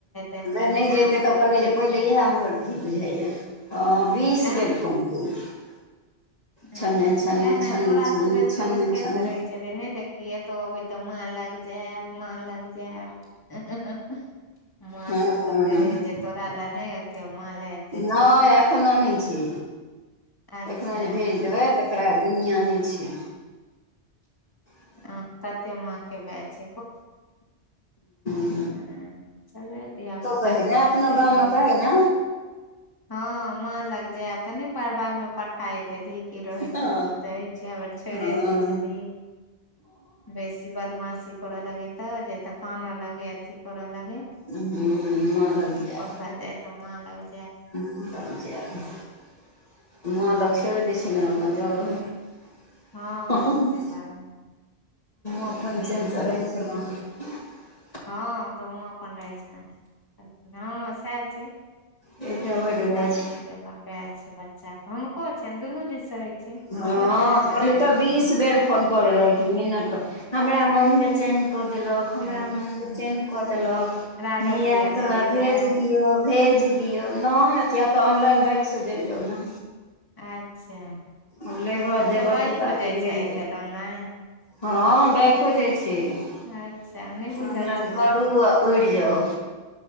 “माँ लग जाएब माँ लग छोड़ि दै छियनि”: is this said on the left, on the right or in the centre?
Left